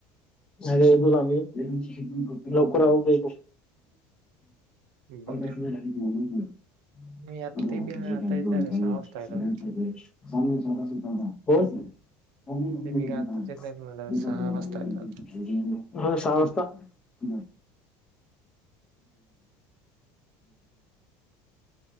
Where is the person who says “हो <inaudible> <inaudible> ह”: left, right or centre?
Left